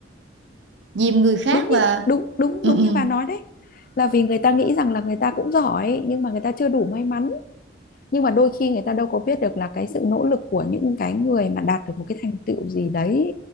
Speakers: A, on the right; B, on the left.
A: dìm người khác
B: đúng
A: và
B: như đúng đúng
A: ừ,
B: đúng
A: ừ.
B: như bà nói đấy là vì người ta nghĩ rằng là người ta cũng giỏi nhưng mà người ta chưa đủ may mắn nhưng mà đôi khi người ta đâu có biết được là cái sự nỗ lực của những cái người mà đạt được một cái thành tựu gì đấy